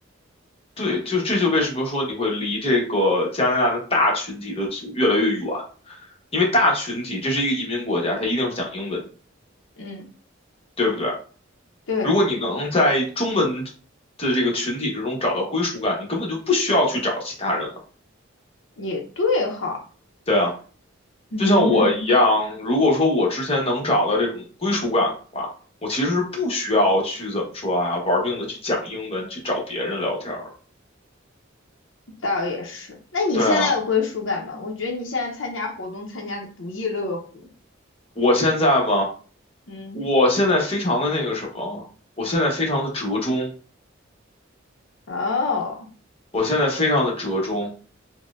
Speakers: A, on the left; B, on the left.
A: 对，就这就为什么说你会离这个加拿大的大群体的族越来越远，因为大群体这是一个移民国家，它一定是讲英文，
B: 嗯。
A: 对不对？
B: 对。
A: 如果你能在中文的这个群体之中找到归属感，你根本就不需要去找其他人了。
B: 也对哈，
A: 对啊，
B: 嗯，
A: 就像我一样，如果说我之前能找到这种归属感的话，我其实是不需要去怎么说啊，玩命的去讲英文，去找别人聊天儿
B: 倒也是。那你现在有归属感吗？
A: 对啊，
B: 我觉得你现在参加活动参加的不亦乐乎。
A: 我现在嘛。
B: 嗯，
A: 我现在非常的那个什么，我现在非常的折中，
B: 哦，
A: 我现在非常的折中，